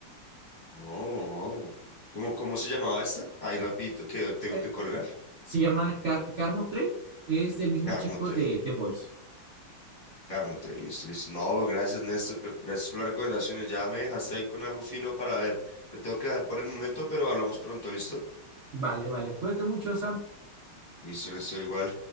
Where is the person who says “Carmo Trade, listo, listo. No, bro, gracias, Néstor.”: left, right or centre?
Left